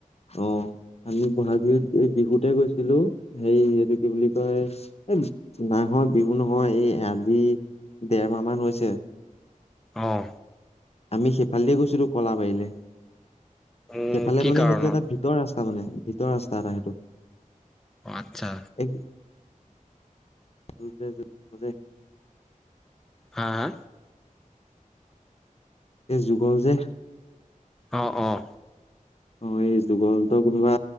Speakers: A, on the left; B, in the centre.
A: অঁ আমি বহাগ বিহুত এই বিহুতে গৈছিলো হেৰি এইটো কি বুলি কয় এ নহয় বিহু নহয় এই আজি দেৰ মাহ মান হৈছে
B: অঁ।
A: আমি সেইফালেদি গৈছিলো কলাবাৰীলে।
B: উম,
A: সেইফালে
B: কি
A: মানে
B: কাৰণত?
A: সেইটো এটা ভিতৰ ৰাচ তা মানে ভিতৰ ৰাস্তা এটা সেইটো।
B: অঁ আচ্ছা।
A: এক <unintelligible>
B: হা-হা।
A: এই যুগল যে
B: অঁ-অঁ।
A: অঁ এই যুগল হতৰ কোনোবা